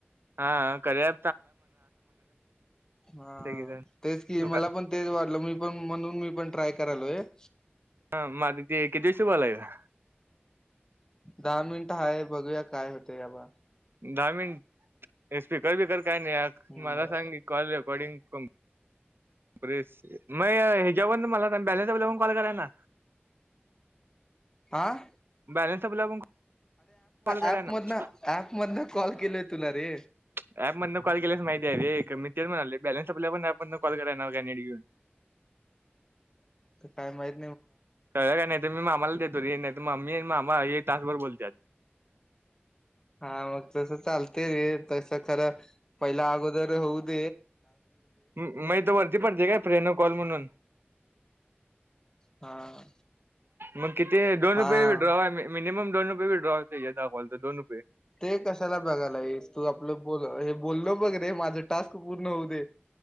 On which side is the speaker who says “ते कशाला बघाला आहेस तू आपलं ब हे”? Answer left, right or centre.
Left